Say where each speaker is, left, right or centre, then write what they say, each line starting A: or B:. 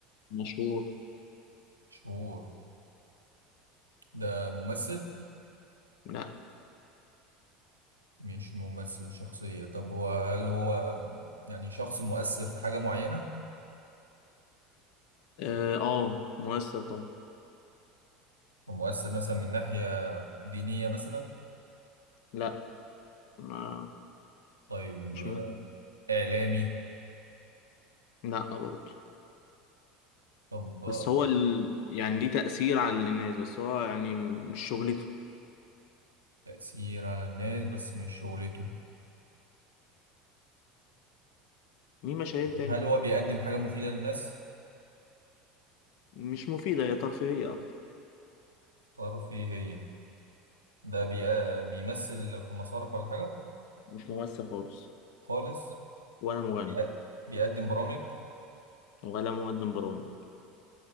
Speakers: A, on the left (about 60°); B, on the right (about 85°).
A: مشهور
B: مشهور ده ممثل
A: لا
B: مش ممثل وشخصية طب هو هل هو يعني شخص مؤثر في حاجة معينة
A: اه آه، مؤثر طبعا
B: هو مؤثر مثلا من ناحية دينية مثلا
A: لا ما
B: طيب
A: مش
B: آه،
A: من
B: إعلامي
A: لا برضه
B: طب آه،
A: بس هو ال... يعني ليه تأثير على الناس بس هو يعني مش شغلته
B: تأثير على الناس بس مش شغلته
A: مين مشاهير تاني
B: هل هو بيقدم حاجة مفيدة للناس
A: مش مفيدة هي ترفيهية أكتر
B: تعرفي هي ده بي- آه، بيمثل في مسارح ولا حاجة
A: مش ممثل خالص
B: خالص
A: ولا مغني
B: بيقد- بيقدم برامج
A: ولا مقدم برامج